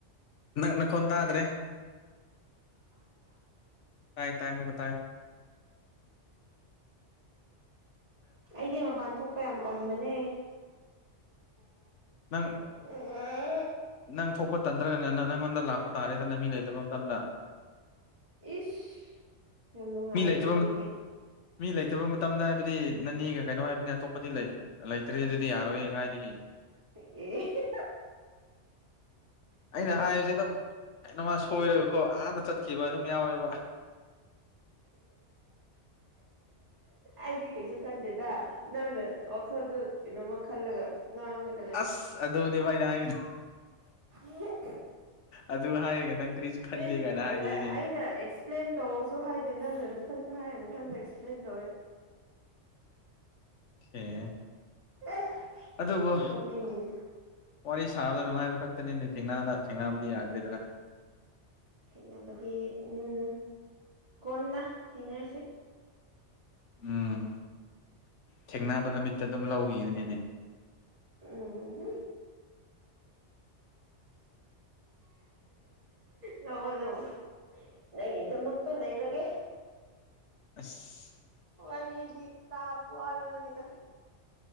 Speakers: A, on the left; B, on the right.
A: ꯅꯪ ꯅꯈꯣꯟ ꯇꯥꯗ꯭ꯔꯦ ꯇꯥꯏ ꯇꯥꯏ ꯑꯃꯨꯛꯀꯥ ꯇꯥꯢ
B: ꯑꯩꯗꯤ ꯃꯄꯥꯟ ꯊꯣꯛꯄ ꯌꯥꯝ ꯇꯟꯕꯅꯦ
A: ꯅꯪ
B: <unintelligible>
A: ꯅꯪ ꯊꯣꯛꯄ ꯇꯟꯗ꯭ꯔꯒꯅ ꯅꯪꯉꯣꯟꯗ ꯂꯥꯛꯄ ꯇꯥꯔꯦꯗꯅ ꯃꯤ ꯂꯩꯇꯕ ꯃꯇꯝꯗ
B: ꯏꯁ ꯌꯥꯝ ꯅꯨꯡꯉꯥꯏꯌꯦꯅꯦ
A: ꯃꯤ ꯂꯩꯇꯕ
B: ꯅꯪꯗꯤ
A: ꯃꯤ ꯂꯩꯇꯕ ꯃꯇꯝꯗ ꯍꯥꯏꯕꯗꯤ ꯅꯅꯦꯒ ꯀꯩꯅꯣ ꯍꯥꯏꯕꯅꯤ ꯑꯇꯣꯞꯄꯗꯤ ꯂꯩꯇ꯭ꯔꯦ ꯑꯗꯨꯗꯤ ꯌꯥꯔꯣꯏꯌꯦ ꯀꯥꯏꯗꯒꯤ
B: <unintelligible>
A: ꯑꯩꯅ ꯍꯥꯏꯕꯁꯦ ꯑꯗꯨꯝ ꯀꯩꯅꯣꯝꯃ ꯁꯣꯏꯔꯒꯀꯣ ꯑꯥꯗ ꯆꯠꯈꯤꯕ ꯑꯗꯨꯝ ꯌꯥꯎꯋꯦꯕ
B: ꯑꯩꯗꯤ ꯀꯩꯁꯨ ꯈꯟꯗꯦꯗ ꯅꯪꯅ ꯋꯥꯈꯜꯗꯨ ꯀꯩꯅꯣꯝꯃ ꯈꯜꯂꯒ ꯉꯥꯡꯒꯅꯤ
A: ꯑꯁ ꯑꯗꯨꯅꯦꯕ ꯑꯩꯩꯅ ꯍꯥꯢꯗꯣ
B: <unintelligible>
A: ꯑꯗꯨ ꯍꯥꯏꯔꯒ ꯅꯪ ꯀꯔꯤꯁꯨ
B: <unintelligible>
A: ꯈꯟꯗꯦ ꯀꯥꯏꯅ
B: ꯑꯩꯅ
A: ꯍꯥꯏꯔꯤꯅꯦ
B: ꯑꯦꯛ ꯑꯦꯛꯁꯄ꯭ꯂꯦꯟ ꯇꯧꯔꯁꯨ ꯍꯥꯏꯗꯦ ꯅꯪꯅ ꯑꯗꯨ ꯏꯊꯟꯇ ꯍꯥꯏꯔꯦ ꯏꯊꯟꯇ ꯑꯦꯛꯁꯄ꯭ꯂꯦꯟ ꯇꯧꯋꯦ
A: ꯑꯦ
B: ꯑꯦ
A: ꯑꯗꯨꯕꯨ
B: ꯅꯣꯛꯅꯤꯡꯉꯤꯅꯦ
A: ꯋꯥꯔꯤ ꯁꯥꯕꯗ ꯅꯨꯡꯉꯥꯏꯕ ꯈꯛꯇꯅꯤꯅꯦ ꯊꯦꯡꯅ ꯊꯦꯡꯕꯗꯤ ꯌꯥꯗ꯭ꯔꯤꯗꯅ
B: ꯊꯦꯡꯅꯕꯗꯤ ꯎꯝ ꯀꯣꯟꯅ ꯊꯦꯡꯅꯔꯁꯤ
A: ꯎꯝ ꯊꯦꯡꯅꯕ ꯅꯨꯃꯤꯠꯇ ꯑꯗꯨꯝ ꯂꯧꯒꯤꯑꯅꯨꯅꯦ
B: ꯎꯝ ꯂꯧꯑꯣ ꯂꯧꯑꯣ ꯅꯪꯢꯗꯃꯛ__ ꯇ ꯂꯩꯔꯒꯦ
A: ꯑꯁ
B: ꯋꯥꯔꯤꯗꯤ ꯇꯥꯞ ꯋꯥꯜꯂꯅꯤꯗ